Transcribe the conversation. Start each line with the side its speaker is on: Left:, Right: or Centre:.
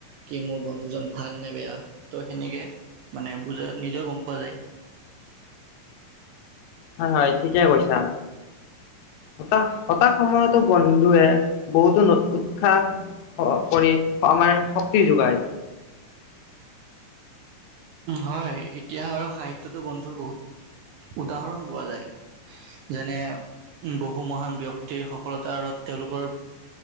Right: কি মোৰ বন্ধুজন ভাল নে বেয়া। ত' সেনেকে মানে বুজা নিজেও গম পোৱা যায়।
Left: হয় হয় ঠিকে কৈছা হতাশ হতাশ সময়তো বন্ধুৱে বহুতো উৎসাহ কৰি আমাৰ শক্তি যোগায়।
Right: হয় এতিয়া আৰু সাহিত্যতো বন্ধুৰ বহুত উদাহৰণ পোৱা যায় যেনে বহু মহান ব্যক্তিৰ সফলতাৰ আঁৰত তেওঁলোকৰ